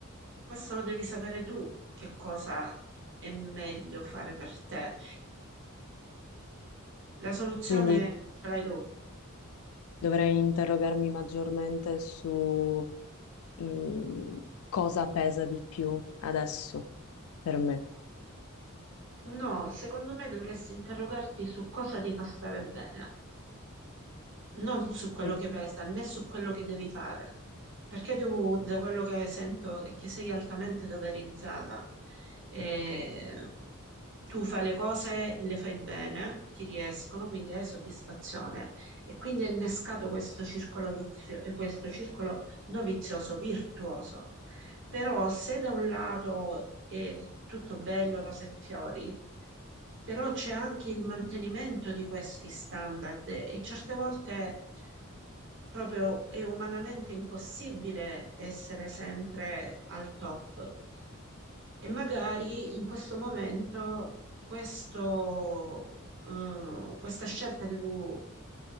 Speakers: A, on the right; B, on the left.
A: questo lo devi sapere tu, che cosa è meglio fare per te. La soluzione
B: Quindi
A: ce l'hai tu.
B: dovrei interrogarmi maggiormente su mm, cosa pesa di più adesso per me.
A: No, secondo me dovresti interrogarti su cosa ti fa stare bene. non su quello
B: Mm.
A: che pesa, né su quello che devi fare, perché tu, da quello che sento, è che sei altamente doverizzata. E tu fai le cose e le fai bene, ti riescono, quindi hai soddisfazione. E quindi è innescato questo circolo vizio- eh, questo circolo non vizioso, virtuoso. Però se da un lato è tutto bello, rose e fiori, però c'è anche il mantenimento di questi standard e certe volte proprio è umanamente impossibile essere sempre al top. E magari in questo momento questo, eh, questa scelta che tu